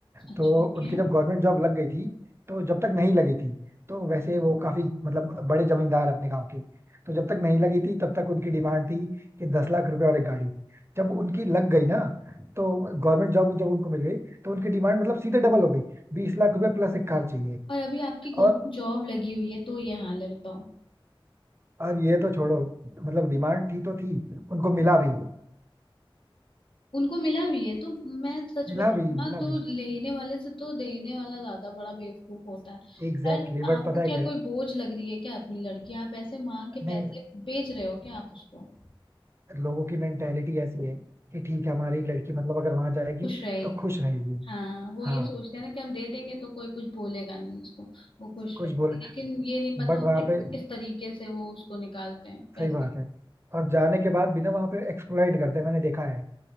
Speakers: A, on the left; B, on the right.
A: अच्छा
B: तो
A: ओके
B: उनकी जब गवर्नमेंट जॉब लग गई थी तो जब तक नहीं लगी थी तो वैसे वो काफी मतलब बड़े जमींदार अपने गाँव के तो जब तक नहीं लगी थी तब तक उनकी डिमांड थी कि दस लाख रुपए और एक गाड़ी जब उनकी लग गई ना तो गवर्नमेंट जॉब जब उनको मिल गई तो उनकी डिमांड मतलब सीधे डबल हो गई बीस लाख रुपए प्लस एक कार चाहिए
A: और अभी आपकी जॉब
B: और
A: लगी हुई है तो ये हाल है बताओ
B: और ये तो छोड़ो मतलब डिमांड थी तो थी उनको मिला भी
A: उनको मिला भी है तो मैं सच
B: मिला
A: बताऊं
B: भी
A: ना
B: मिला
A: तो
B: भी
A: लेने वाले से तो देने वाला ज्यादा बड़ा बेवकूफ होता है
B: Exactly
A: पर
B: exactly. बट
A: आपको
B: पता
A: क्या
B: है क्या है
A: कोई बोझ लग रही है क्या अपनी लड़की आप ऐसे मांग के
B: नहीं
A: पैसे बेच रहे हो क्या आप उसको
B: लोगों की मेंटेलिटी ऐसी है कि ठीक है हमारी लड़की मतलब अगर वहां जाएगी
A: खुश रहेगी
B: तो खुश रहेगी
A: हाँ वो
B: हाँ
A: ये सोचते हैं ना कि हम दे देंगे तो कोई कुछ बोलेगा नहीं उसको वो खुश
B: कुछ
A: रहेगी
B: बोले
A: लेकिन ये नहीं पता
B: बट
A: होता
B: वहां
A: कि
B: पे
A: वो किस तरीके से वो उसको निकालते हैं पैसे
B: सही बात है और जाने के बाद भी ना वहां पे एक्सप्लॉइट करते हैं मैंने देखा है